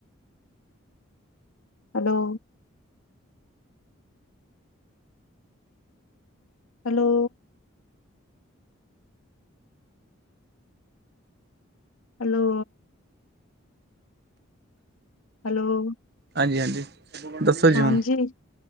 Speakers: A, on the left (about 90°); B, on the right (about 50°).
A: ਹੈਲੋ, ਹੈਲੋ, ਹੈਲੋ ਹੈਲੋ
B: ਹਾਂਜੀ ਹਾਂਜੀ, ਦੱਸੋ ਜੀ
A: ਹਾਂਜੀ
B: ਹੁਣ,